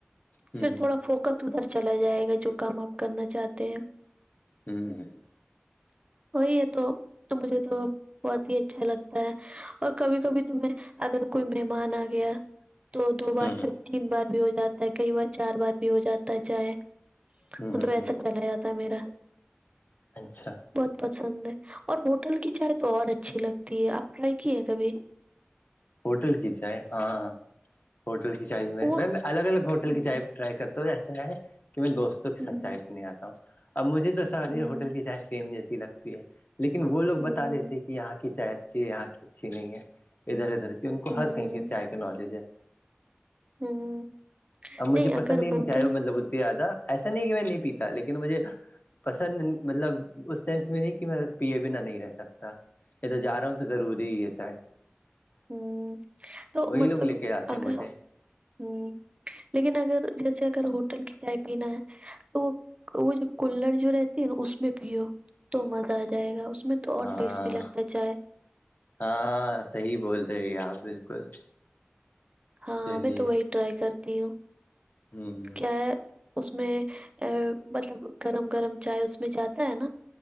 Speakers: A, on the left (about 50°); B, on the right (about 30°).
A: ہ
B: پھر تھوڑا فوکس ادھر چلا جائے گا جو کام آپ کرنا چاہتے ہیں
A: ہوں ہوں
B: وہی ہے تو مجھے تو بہت ہی اچھا لگتا ہے اور کبھی کبھی تمہیں اگر کوئی مہمان آ گیا تو دو بار
A: ہ
B: سے تین بار بھی ہو جاتا ہے کئی بار چار بار بھی ہو جاتا ہے چاہے
A: ہ
B: وہ تو ایسا
A: ہ
B: چلا جاتا میرا
A: اچھا
B: بہت پسند ہے اور ہوٹل کی چائے تو اور اچھی لگتی ہے آپ ٹرائی کیے کبھی
A: ہوٹل کی چائے ہاںاں ہوٹل کی چائے بھی
B: وہ
A: میم الگ الگ ہوٹل
B: ہوں
A: کی چائے ٹرائی کرتا ہ ایسا ہے کہ میں دوستوں کے
B: ہوں
A: ساتھ چائے پینے آتا ہوں اب مجھے تو ساریے
B: ہوں
A: ہوٹل کی چائے سیم جیسی لگتی ہے لیکن وہ لوگ
B: ہوں
A: بتا دیتے کہ یہاں کی چائے اچھی ہے یہاں کی اچھی نہیں ہے ادھر ادھر کہ ان کو
B: ہوں
A: ہر کہیں کے چائے کے نالج ہے
B: ہوں
A: اب مجھے
B: نہیں اگر
A: پسند ہی
B: ہوٹل
A: نہیں چاہے مطلب اتتی زیادہ ایسا نہیں کہ میں نہیں پیتا لیکن مجھے پسند مطلب اس سینس میں نہیں کہ میں پیے بنا نہیں رہ سکتا یہ تو جا رہا ہوں تو ضروری ہی ہے چاہے
B: ہوں تو
A: وہی
B: مطلب
A: لوگ لے کے آتے
B: اگر
A: ہیں مجھے
B: ہوں لیکن اگر جیسے اگر ہوٹل کی چائے پینا ہے تو وہ جو کلڑ جو رہتی ہے نا اس میں پیو تو مزہ آ جائے گا اس میں تو
A: ہاں
B: اور ٹیسٹی لگتا ہے چائے
A: ہاں صحیح بول رہےی آپ بالکل
B: ہاں
A: چلیے
B: میں تو وہی ٹرائی کرتی ہوں
A: ہوں
B: کیا اس میں ا مطلب گرم گرم چائے اس میں جاتا ہے نا